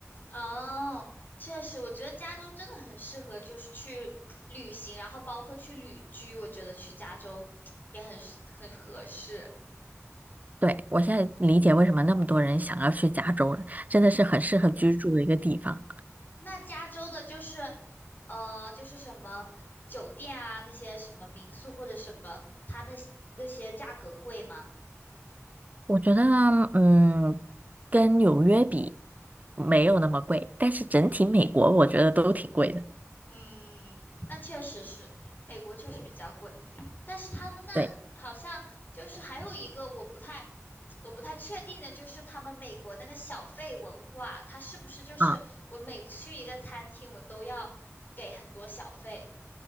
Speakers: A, on the left; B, on the right.
A: 哦，确实，我觉得加州真的很适合就是去旅行，然后包括去旅居，我觉得去加州也很适很合适。
B: 对，我现在理解为什么那么多人想要去加州了，真的是很适合居住的一个地方。
A: 嗯，那加州的就是，呃，就是什么酒店啊，那些什么民宿或者什么，它那那些价格贵吗？
B: 我觉得，嗯，跟纽约比没有那么贵，但是整体美国我觉得都挺贵的。
A: 嗯，那确实是，美国确实比较贵，但是他们那好像就是还有一个我不太
B: 对，
A: 我不太确定的，就是他们美国那个小费文化，它是不是就是我每去一个餐厅，
B: 啊，
A: 我都要给很多小费？